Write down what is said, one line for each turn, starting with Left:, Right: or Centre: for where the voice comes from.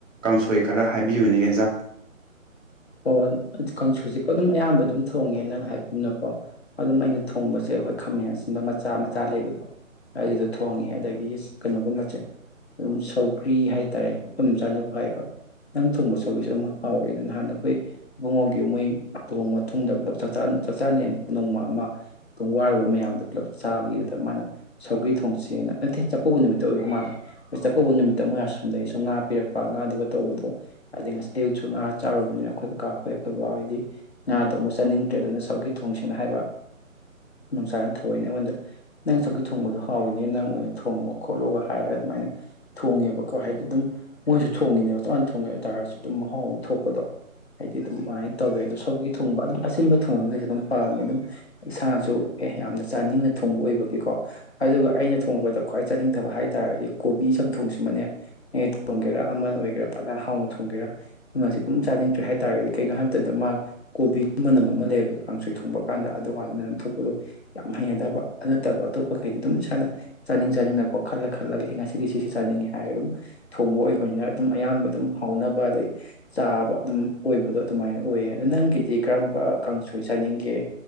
Right: ꯀꯥꯡꯁꯣꯏ ꯈꯔ ꯍꯥꯏꯕꯤꯌꯨꯅꯦ ꯑꯦꯟꯖꯥꯡ <inaudible>
Left: ꯍꯣ ꯑꯗꯨ ꯀꯥꯡꯁꯣꯢꯁꯦ ꯑꯗꯨꯝ ꯑꯌꯥꯝꯕ ꯑꯗꯨꯝ ꯊꯣꯡꯉꯦ ꯅꯪ ꯍꯥꯏ ꯒꯨꯝꯅꯀꯣ ꯑꯗꯨꯝ ꯑꯩꯅ ꯊꯣꯡꯕ ꯄꯣꯠꯁꯦ ꯑꯩꯈꯣꯏ ꯈꯥꯃꯦꯟ ꯑꯁꯤꯟꯕ ꯃꯆꯥ ꯃꯆꯥ ꯂꯩꯕꯗꯣ ꯑꯩꯗꯣ ꯊꯣꯡꯉꯦ ꯑꯗꯒꯤ ꯀꯩꯅꯣꯒꯨꯝꯕꯆꯦ ꯑꯗꯨꯝ ꯁꯧꯒ꯭ꯔꯤ ꯍꯥꯏꯇꯥꯔꯦ ꯗꯣꯝ ꯆꯥꯥꯅꯕꯨ ꯍꯥꯏꯕ ꯅꯪ ꯊꯣꯡꯕ ꯁꯧꯒ꯭ꯔꯤꯁꯨ ꯑꯗꯨꯝ ꯍꯥꯎꯋꯦ ꯅ ꯅꯍꯥꯟ ꯑꯩꯈꯣꯏ ꯏꯕꯨꯡꯉꯣꯒꯤ ꯃꯣꯏ ꯇꯣꯡ ꯃꯇꯨꯡꯗ ꯄꯨꯂꯞ ꯆꯥꯛꯆꯥꯥ ꯆꯥꯛꯆꯥꯅꯩꯕ ꯅꯣꯡꯃ ꯑꯃ ꯇꯣꯡ ꯋꯥꯔꯨꯕ ꯃꯌꯥꯝꯗꯣ ꯄꯨꯜꯂꯞ ꯆꯥꯕꯒꯤꯗꯨꯗ ꯃꯥꯅ ꯁꯧꯒ꯭ꯔꯤ ꯊꯣꯡꯁꯦꯅ ꯅꯠꯇꯦ ꯆꯥꯛꯀꯧꯕ ꯅꯨꯃꯤꯠꯇ ꯑꯣꯏꯕ ꯃꯥꯟꯂꯦ ꯆꯥꯛꯀꯧꯕ ꯅꯨꯃꯤꯠꯇ ꯃꯣꯏ ꯑꯁꯣꯝꯗꯩꯁꯨ ꯉꯥ ꯄꯤꯔꯛꯄ ꯉꯥꯗꯨꯒ ꯇꯧꯕꯗꯣ ꯑꯗꯩ ꯉꯁ ꯑꯌꯨꯛꯁꯨ ꯉꯥ ꯆꯥꯔꯨꯕꯅꯦ ꯑꯩꯈꯣꯏ ꯀꯀꯥ ꯍꯣꯏ ꯈꯣꯏ ꯕꯕꯥ ꯍꯣꯏꯗꯤ ꯉꯥꯗꯨ ꯑꯃꯨꯛ ꯆꯥꯅꯤꯡꯗ꯭ꯔꯦ ꯑꯗꯨꯅ ꯁꯧꯒ꯭ꯔꯤ ꯊꯣꯡꯁꯦꯅ ꯍꯥꯏꯕ ꯃꯝꯆꯥꯅ ꯊꯑꯣꯢꯅ ꯑꯩꯉꯣꯟꯗ ꯅꯪ ꯁꯧꯒ꯭ꯔꯤ ꯊꯣꯡꯕꯗꯣ ꯍꯥꯎꯋꯤꯅꯦ ꯅꯪ ꯑꯣꯏꯅ ꯊꯣꯡꯉꯣ ꯈꯣꯠꯂꯣꯒ ꯍꯥꯏꯔꯒ ꯃꯥꯏꯅ ꯊꯣꯡꯉꯦꯕꯀꯣ ꯍꯥꯏꯗꯤ ꯗꯨꯝ ꯃꯣꯏꯁꯨ ꯊꯣꯡꯉꯤꯅꯦꯕ ꯆꯞꯃꯥꯟꯅ ꯊꯣꯡꯉꯦ ꯇꯥꯔꯁꯨ ꯑꯗꯨꯝ ꯃꯍꯥꯎ ꯑꯃ ꯊꯣꯛ ꯄꯗꯣ ꯍꯥꯏꯗꯤ ꯗꯨꯃꯥꯏ ꯇꯧꯋꯦ ꯑꯗꯣ ꯁꯧꯒ꯭ꯔꯤ ꯊꯣꯡꯕ ꯑꯗꯨꯝ ꯑꯁꯤꯟꯕ ꯊꯣꯡꯕꯁꯦ ꯑꯗꯨꯝ ꯄꯥꯝꯃꯦ ꯑꯗꯨꯝ ꯏꯁꯥꯁꯨ ꯑꯦ ꯌꯥꯝꯅ ꯆꯥꯅꯤꯡꯅ ꯊꯣꯡꯕ ꯑꯣꯏꯕꯒꯤꯀꯣ ꯑꯗꯨꯒ ꯑꯩꯅ ꯊꯣꯡꯕꯗ ꯈ꯭ꯋꯥꯏ ꯆꯥꯅꯤꯡꯗꯕ ꯍꯥꯏꯇꯥꯔꯒꯗꯤ ꯀꯣꯕꯤ ꯎꯝ ꯊꯣꯡꯁꯤꯃꯅꯦ ꯑꯩ ꯊꯣꯡꯒꯦꯔꯥ ꯑꯃ ꯑꯣꯏꯒꯦꯔꯥ ꯐꯖꯅ ꯍꯥꯎꯅ ꯊꯣꯡꯒꯦꯔꯥ <unintelligible> ꯑꯗꯨꯝ ꯆꯥꯅꯤꯡꯗ꯭ꯔꯦ ꯍꯥꯏꯇꯥꯔꯒꯗꯤ ꯀꯩꯅꯣ ꯍꯥꯏꯕ ꯃꯇꯝꯗ ꯃꯥ ꯀꯣꯕꯤꯒꯤ ꯃꯅꯝ ꯑꯃ ꯂꯩꯌꯦꯕ ꯀꯥꯡꯁꯣꯢ ꯊꯣꯡꯕ ꯀꯥꯟꯗ ꯑꯗꯨꯀꯥꯟ ꯃꯣꯏꯅ ꯂꯪꯊꯣꯛꯄꯗꯣ ꯌꯥꯝ ꯍꯩꯅꯗꯕ ꯑꯗꯨ ꯅꯠꯇꯕ ꯑꯇꯣꯞꯄꯈꯩꯗꯤ ꯑꯗꯨꯝ ꯏꯁꯥꯅ ꯆꯥꯅꯤꯡ ꯆꯥꯅꯤꯡꯅꯀꯣ ꯈꯜꯂ ꯈꯜꯂꯒ ꯑꯩ ꯉꯁꯤꯗꯤ ꯁꯤꯁꯤ ꯆꯥꯅꯤꯡꯉꯤ ꯍꯥꯏꯔꯒ ꯑꯗꯨꯝ ꯊꯣꯡꯕ ꯑꯣꯏꯕꯅꯤꯅ ꯑꯗꯨꯝ ꯑꯌꯥꯝꯕ ꯑꯗꯨꯝ ꯍꯥꯎꯅꯕ ꯑꯗꯩ ꯆꯥꯕ ꯑꯗꯨꯝ ꯑꯣꯏꯕꯗꯣ ꯑꯗꯨꯃꯥꯏꯅ ꯑꯣꯏꯌꯦ ꯑꯗꯣ ꯅꯪꯒꯤꯗꯤ ꯀꯔꯝꯕ ꯀꯥꯡꯁꯣꯏ ꯆꯥꯅꯤꯡꯒꯦ